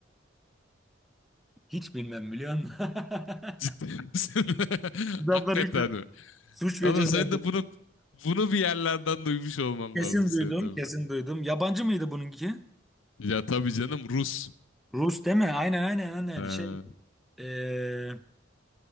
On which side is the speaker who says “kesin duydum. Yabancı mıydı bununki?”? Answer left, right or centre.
Centre